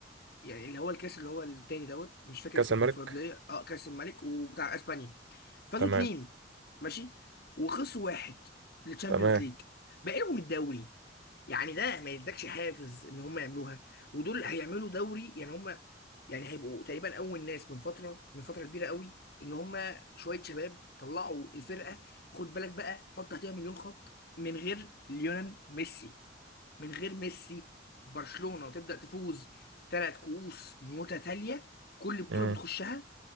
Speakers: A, on the left (about 55°); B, on the right (about 90°).
A: يعني اللي هو الكاس اللي هو التاني دوت مش فاكر
B: كاس
A: اسمه
B: الملك
A: كونفدراليه اه كاس الملك وبتاع اسبانيا فازوا
B: تمام
A: اتنين ماشي وخسروا واحد للتشامبيونز
B: تمام
A: ليج بقالهم الدوري يعني ده ما يدكش حافز ان هم يعملوها ودول هيعملوا دوري يعني هم يعني هيبقوا تقريبا اول ناس من فتره من فتره كبيره قوي ان هم شويه شباب طلعوا الفرقه خد بالك بقى حط تحتها مليون خط من غير ليونel ميسي من غير ميسي برشلونه تبدا تفوز ثلاث كؤوس متتاليه في كل بطوله
B: امم
A: بتخشها